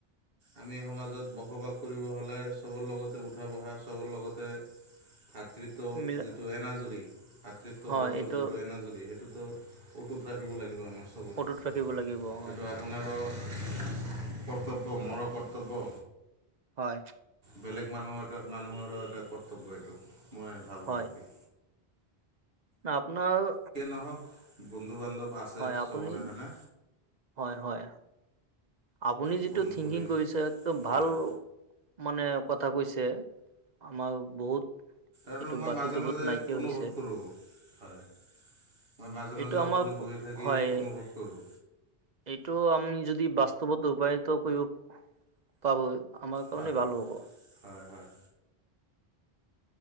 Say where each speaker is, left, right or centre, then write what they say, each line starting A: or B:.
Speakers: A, on the right; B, on the right.
A: আমি সমাজত বসবাস কৰিব হ'লে, চবৰ লগতে উঠা বহা, চবৰ লগতে
B: <inaudible>
A: ভাতৃত্ব
B: মিলা
A: যিটো এনাজৰী ভাতৃত্ববোধৰ
B: হয় এইটো
A: যিটো এনাজৰী সেই সেইটো, অতুত ৰাখিব লাগিব আমাৰ চবৰে।
B: অটুত
A: সেইটো
B: ৰাখিব লাগিব হয়
A: আমি অপোনাৰো কৰ্তব্য ম'ৰ কৰ্তব্য।
B: হয়
A: বেলেগ মানুহৰ এটো মানুহৰো এটা কৰ্তব্য এইটো মই ভাবোঁ
B: হয়
A: আৰু
B: আপোনাৰ
A: আহক, বন্ধু-বান্ধৱ আছে
B: হয়
A: চবৰে
B: আপুনি
A: হয়নে?
B: হয় হয়। আপুনি যিটো
A: ফোন
B: থিংকিং
A: কৰি
B: কৰিছে এইটো ভাল
A: হয়
B: মানে কথা কৈছে আমাৰ বহুত
A: সেইটো
B: এইটো
A: মই
B: বাতিটো
A: মাজে মাজে
B: বহুত নাইকিয়া
A: অনুভৱ
B: হৈছে
A: কৰোঁ। হয় মই মাজে-মাজে
B: এইটো
A: অকলে
B: আমাৰ প-
A: বহি থাকি
B: হয়
A: অনুভৱ কৰোঁ।
B: এইটো আমি যদি বাস্তৱত ৰূপায়ত কৰিব পাব আমাৰ কাৰণে
A: হয়
B: ভাল হ'ব।
A: হয় হয়